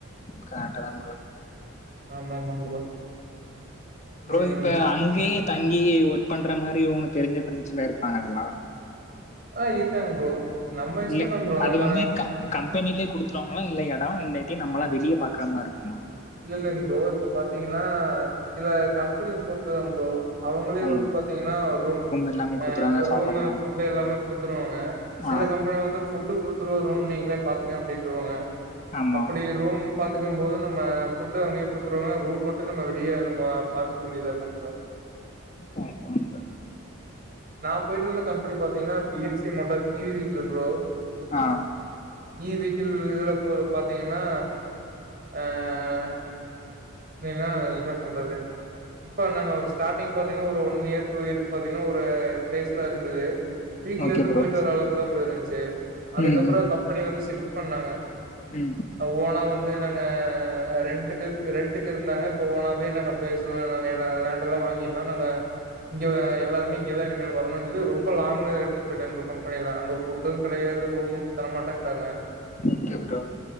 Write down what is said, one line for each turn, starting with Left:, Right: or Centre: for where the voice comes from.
Left: கரட்டுதா ப்ரோ
Right: ஆமா மா ப்ரோ
Left: ப்ரோ
Right: ம்
Left: இப்ப அங்கேயே தங் கி ஒர்க் பண்ற மாரி உங்க தெரிஞ்ச ஃபிரெண்ட்ஸ் இருப்பாங்களல்லா
Right: ஆ இருக்காங்க ப்ரோ நம்ம இஷ்டந்தா
Left: இல்ல
Right: ப்ரோ
Left: அது
Right: நம்ம
Left: வந்து க கம்பெனிலயே குடுத்துருவாங்களா இல்ல எடோ இல்லாட்டி நம்மல்லா வெளிய பாக்கமா இருக்குமா
Right: இல்ல இல்லங்க ப்ரோ இப்ப பாத்தீங்கன்னா சில கம்பெனிஸ் பொருத்துதாம் ப்ரோ அவங்களே
Left: ஆமா
Right: வந்து
Left: ப்ரோ
Right: பாத்தீங்கன்னா ரூம்
Left: எல்லாமே குடுத்துருவாங்க
Right: அ ரூமு
Left: சாப்பாடு
Right: ஃபுட்டு் எல்லாமே குடுத்துருவாங்க சில
Left: ஆ
Right: கம்பெனி வந்து ஃபுட்டு் குடுத்துருவ ரூம் நீங்களே பாத்துக்க அப்டின்றவாங்க
Left: ஆமா
Right: அப்டி ரூம் பாத்துக்கும்போது நம்ம ஃபுட்டு் அங்கயே குடுத்துருவாங்க ரூம் மட்டு நம்ம வெளிய நம்ம பாத்துக்க வேண்டியதா இருக்கு ப்ரோ
Left: கரட்டுதா
Right: நா போயிட்டுருந்த இருந்த கம்பெனி பாத்தீங்கன்னா B N C motors E V vehicle bro
Left: ஆ
Right: ஈ விக்கிள் இதுல போ பாத்தீங்கன்னா. ஆஹ் வேனா என்ன சொல்றது. இப்ப நாங்க ஸ்டார்டிங் பாத்தீங்கன்னா ஒரு ஒன் இயர் டூ இயருக்கு பாத்தீங்கன்னா ஒரு பிளேஸ்ல இருந்தது. வீட்ல
Left: ஓகே
Right: இருந்து
Left: ப்ரோ
Right: போயிட்டு வர அளவுக்கு தான் ப்ரோ இருந்துச்சு அதுக்கப்புறம்
Left: ம் ம்
Right: கம்பெனி வந்து ஷிப்ட் பண்ணாங்க.
Left: ம்
Right: ஓனா வந்து நாங்க ரெண்டுக்கு ரெண்ட் டுக்கு இருந்தாங்க இப்ப ஓனாவே நாங்க பேசல நாங்க இட லேண்ட் எல்லாம் வாங்கிட்டோம் நாங்க இங்க எல்லாருமே இங்கதா நின்னுருக்கோ தூரமா இருக்கு ரொம்ப லாங்குல எடுத்துட்டு போய்ட்டாங்க போல கம்பெனில நா கூப்டதும் கிடையாது ரூமும் தர மாட்டன்டாங்க
Left: ஓகே ப்ரோ